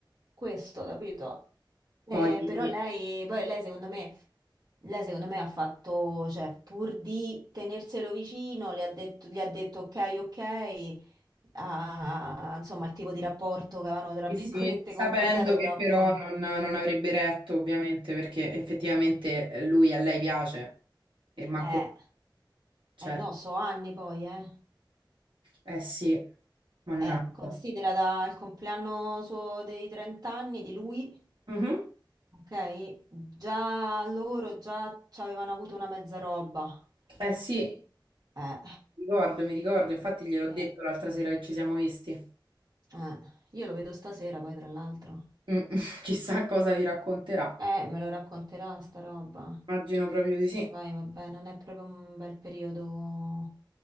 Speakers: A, on the right; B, on the right.
A: questo, capito? Eh,
B: Poi, sì,
A: però lei, poi lei secondo me, lei secondo me ha fatto, cioè, pur di tenerselo vicino, le ha detto, gli ha detto ok, ok, a- insomma, il tipo di rapporto che avevano, tra virgolette,
B: sì, sapendo
A: concordato, però
B: che però
A: poi,
B: non, non avrebbe retto, ovviamente, perché effettivamente eh, lui a lei piace e manco...
A: eh,
B: Certo,
A: eh no, so anni poi, eh.
B: eh sì, mannaggia.
A: Eh, considera dal compleanno suo dei 30 anni di lui,
B: Mhm.
A: ok? Già loro già ci avevano avuto una mezza roba.
B: Eh sì.
A: Eh,
B: Ricordo, mi ricordo, infatti gliel'ho detto
A: Eh,
B: l'altra sera che ci siamo visti.
A: eh, io lo vedo stasera poi tra l'altro.
B: Mm, <laughs> Chissà cosa ti racconterà.
A: Eh, me lo racconterà sta roba.
B: Immagino proprio
A: Sì,
B: di sì.
A: poi vabbè, non è proprio un bel periodo